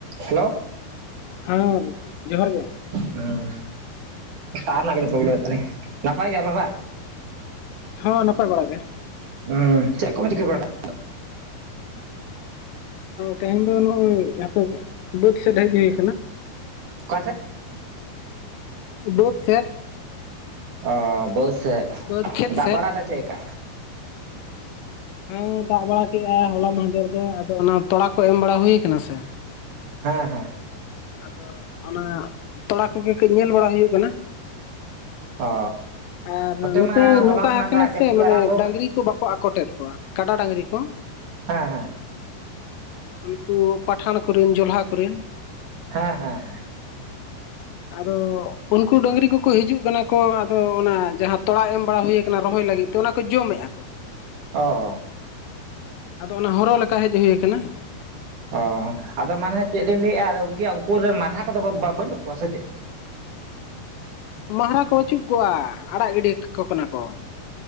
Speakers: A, on the right; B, on the left.
A: Hello
B: ᱦᱮᱸ ᱡᱚᱦᱟᱨ ᱜᱮ
A: ᱦᱩᱸ ᱛᱟᱨ ᱨᱮᱱᱟᱜ ᱠᱚ ᱯᱨᱚᱵᱞᱮᱢ ᱦᱩᱭᱩᱜ ᱛᱟᱞᱤ, ᱱᱟᱯᱟᱭ ᱜᱮᱭᱟ ᱯᱮ ᱵᱟ
B: ᱦᱚᱸ ᱱᱟᱯᱟᱭ ᱵᱟᱲᱟᱜ ᱜᱮ,
A: ᱚᱦ ᱪᱮᱫ ᱠᱚᱯᱮ ᱪᱤᱠᱟᱹ ᱵᱟᱲᱟᱭᱫᱟ?
B: ᱛᱮᱦᱮᱧ ᱫᱚ ᱱᱚᱜᱼᱚᱭ ᱟᱯᱮ ᱵᱟᱹᱫ ᱥᱮᱫ ᱦᱮᱡ ᱦᱩᱭ ᱟᱠᱟᱱᱟ᱾
A: ᱚᱠᱟ ᱥᱮᱫ?
B: ᱵᱟ. ᱫ ᱥᱮᱫ,
A: ᱚ ᱵᱟᱹᱫ ᱥᱮᱫ
B: ᱵᱟᱹᱫᱽ ᱠᱷᱮᱛ
A: ᱫᱟᱜ
B: ᱥᱮᱫ
A: ᱵᱟᱲᱟᱭ ᱮᱫᱟ ᱪᱮᱫᱠᱟ?
B: ᱚᱦ ᱫᱟᱜ ᱵᱟᱲᱟ ᱠᱮᱫᱼᱟ ᱦᱚᱞᱟ ᱢᱟᱦᱫᱮᱨ ᱫᱚ ᱟᱫᱚ ᱚᱱᱟ ᱛᱚᱲᱟ ᱠᱚ ᱮᱢ ᱵᱟᱲᱟ ᱦᱩᱭᱩ ᱠᱟᱱᱟ ᱥᱮ,
A: ᱦᱮᱸ ᱦᱮᱸ
B: ᱟᱫᱚ ᱚᱱᱟ ᱛᱚᱲᱟ ᱠᱚᱜᱮ ᱠᱟᱹᱡ ᱧᱮᱞ ᱵᱟᱲᱟ ᱦᱩᱭᱩᱜ ᱠᱟᱱᱟ᱾
A: ᱚ
B: ᱟᱨ ᱱᱚᱛᱮ
A: ᱢᱟ ᱦᱚᱞᱟ
B: ᱱᱚᱝᱠᱟ
A: ᱠᱷᱚᱱᱟᱜ
B: ᱟᱠᱟᱱᱟ
A: ᱫᱟᱜ
B: ᱥᱮ
A: ᱡᱟᱹᱯᱩᱫ
B: ᱢᱟᱱᱮ
A: ᱮ ᱟᱨᱟᱢᱵᱚ
B: ᱰᱟᱝᱨᱤ
A: ᱟᱠᱟᱫ
B: ᱠᱩ ᱵᱟᱠᱚ ᱟᱠᱚᱴᱮᱫ ᱠᱚᱣᱟ ᱠᱟᱰᱟ ᱰᱟᱝᱨᱤ ᱠᱚ᱾
A: ᱦᱮᱸ ᱦᱮᱸ
B: ᱩᱱᱠᱩ ᱯᱟᱴᱟᱱ ᱠᱚᱨᱮᱱ ᱡᱚᱞᱦᱟ ᱠᱚᱨᱮᱱ᱾
A: ᱦᱮᱸ ᱦᱮᱸ ᱦᱮᱸ
B: ᱟᱫᱚ ᱩᱱᱠᱩ ᱰᱟᱹᱝᱨᱤ ᱠᱚᱠᱚ ᱦᱤᱡᱩᱜ ᱠᱟᱱᱟ ᱠᱚ ᱟᱫᱚ ᱚᱱᱟ ᱡᱟᱸᱦᱟᱸ ᱛᱚᱲᱟ ᱮᱢ ᱵᱟᱲᱟ ᱦᱩᱭᱩ ᱟᱠᱟᱱᱟ ᱨᱚᱦᱚᱭ ᱞᱟᱹᱜᱤᱫ᱾ ᱛᱚ ᱚᱱᱟ ᱠᱚ ᱡᱚᱢᱮᱫᱼᱟ᱾
A: ᱚ
B: ᱟᱫᱚ ᱚᱱᱟ ᱦᱚᱨᱚᱦᱚ ᱞᱮᱠᱟ ᱦᱮᱡ ᱦᱩᱭᱩ ᱟᱠᱟᱱᱟ᱾
A: ᱚ ᱟᱫᱚ ᱢᱟᱱᱮ ᱪᱮᱫ ᱞᱤᱧ ᱞᱟᱹᱭᱮᱫᱼᱟ ᱟᱫᱚ ᱩᱱᱠ ᱩᱱᱠᱩ ᱨᱮᱱ ᱢᱟᱨᱦᱟ ᱠᱚᱫᱚ ᱵᱟᱹᱱᱩᱜ ᱠᱚᱣᱟ ᱥᱮ ᱪᱮᱫ?
B: ᱢᱟᱨᱦᱟ ᱠᱚ ᱯᱟᱹᱪᱩᱜ ᱠᱚᱜᱼᱟ ᱟᱲᱟᱜ ᱜᱤᱰᱤ ᱠᱟᱱᱟ ᱠᱚ,